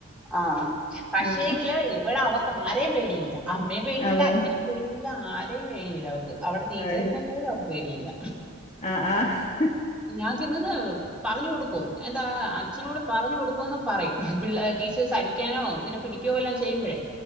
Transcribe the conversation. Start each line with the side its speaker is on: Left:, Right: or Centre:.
Centre: ആഹ് പക്ഷേ
Left: ഉം
Centre: എങ്കിലും ഇവിടെ അവക്ക് ആരെ പേടിയില്ല അമ്മേ പേടിയില്ല
Left: അതന്നെ
Centre: അച്ഛനെ പേടിയില്ല ആരെ പേടിയില്ല അവക്ക് അവിടെ ടീച്ചേഴ്സിനെ
Left: അയ്
Centre: പോലും അവക്ക് പേടിയില്ല
Left: ആഹ് ആഹ്
Centre: ഞാൻ ചെന്നെന്ന് പറഞ്ഞു കൊടുക്കും എന്റെ അച്ഛനോട് പറഞ്ഞു കൊടുക്കോന്ന പറയും പി ടീച്ചേഴ്സ് അടിക്കാനോ ഇങ്ങനെ പിടിക്കുവോ എല്ലാം ചെയ്യുമ്പോഴേ